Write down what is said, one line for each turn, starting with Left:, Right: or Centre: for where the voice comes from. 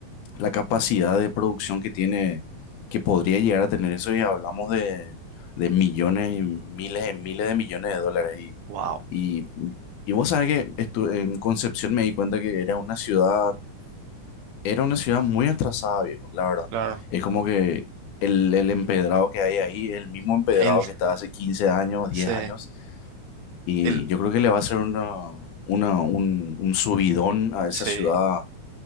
Left: la capacidad de producción que tiene, que podría llegar a tener eso, y hablamos de, de millones y miles y miles de millones de dólares. Y,
Right: Wow,
Left: y, y vos sabés que estu- en Concepción me di cuenta que era una ciudad, era una ciudad muy atrasada, viejo, la verdad.
Right: claro.
Left: Es como
Right: Mm,
Left: que el, el empedrado que hay ahí es el mismo empedrado
Right: Él,
Left: que estaba hace 15 años, diez
Right: sí,
Left: años, y
Right: él,
Left: yo creo que le va a hacer una, una, un, un subidón a esa
Right: sí,
Left: ciudad